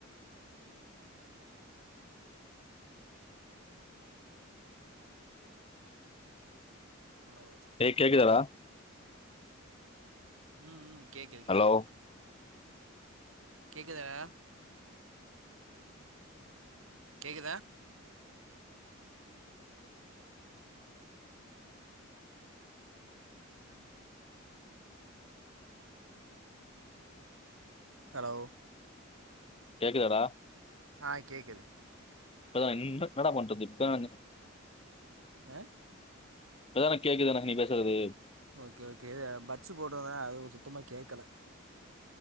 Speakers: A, on the right; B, on the left.
A: ஹலோ
B: டேய் கேட்குதடா
A: ம் ம் கேக்குது கேக்குது
B: ஹலோ
A: கேக்குதாடா கேக்குதா ஹலோ
B: கேக்குதடா
A: ஆ கேக்குது
B: இப்பதா என்ன என்னடா பண்றது இப்ப <inaudible>
A: ஆ
B: இப்பத்தானா கேக்குதுனா நீ பேசுறது
A: ஓகே ஓகே இது பட்ஸ் போட்ருந்தா அது சுத்தமா கேக்கல